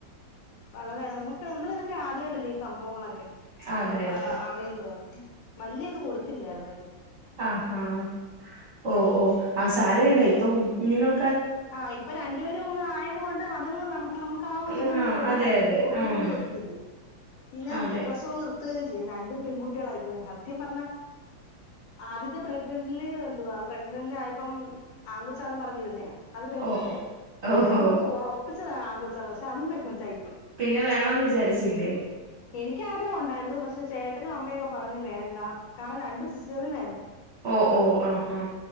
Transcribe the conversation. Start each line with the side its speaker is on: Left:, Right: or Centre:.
Left: പല നമ്മുക്ക് നമ്മളിതൊക്കെ ആദ്യമായിട്ടല്ലേ ഈ സംഭവങ്ങളൊക്കെ നമ്മളൊക്കെ
Right: അതെ അതെ
Left: അറിയുന്നത് വല്യ ഇത് കൊടുത്തില്ലായിരുന്ന് അതിന്
Right: ആഹ് ആഹ് ഓഹ് ഓ ആ സാരല്ല ഇപ്പൊ നിങ്ങൾ
Left: ആ ഇപ്പൊ രണ്ടുപേരും ആയതുകൊണ്ട് അതങ്ങ് നമുക്ക് ആ ഒരു
Right: ആഹ്
Left: ഇതങ്ങ് ഒഴിവായ
Right: അതെ അതെ
Left: ഒതുങ്ങി
Right: ആഹ്
Left: നിന്ന് പിന്നെ
Right: അതെ
Left: പ്രസവം നിർത്തി നിർത്തുകേയും ചെയ്തു രണ്ടും പെൺകുട്ടികൾ ആയിപ്പോയി സത്യം പറഞ്ഞാ ആദ്യത്തെ പ്രഗ്നന്റില് പ്രഗ്നന്റ് ആയപ്പം ആങ്കൊച്ചാന്ന് പറഞ്ഞിരുന്നയാ അത് പെൺകൊച്ചായി
Right: ഓ
Left: രണ്ടാമത്
Right: ഓഹോ
Left: ഒറപ്പിച്ചതാ ആങ്കൊച്ചാന്ന് പക്ഷെ അതും പെങ്കൊച്ചായി.
Right: പിന്നെ വേണോന്ന് വിചാരിച്ചില്ലേ?
Left: എനിക്ക് ആഗ്രഹം ഉണ്ടായിരുന്നു പക്ഷെ ചേട്ടനും അമ്മയൊക്കെ പറഞ്ഞു വേണ്ടാ കാരണം രണ്ടും സിസേറിയന് ആയിരുന്നു.
Right: ഓ ഓ ആഹാ